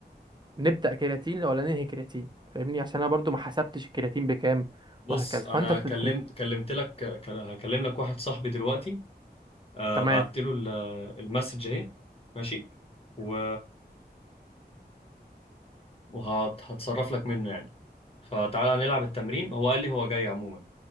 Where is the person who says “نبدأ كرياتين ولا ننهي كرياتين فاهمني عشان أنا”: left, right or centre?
Right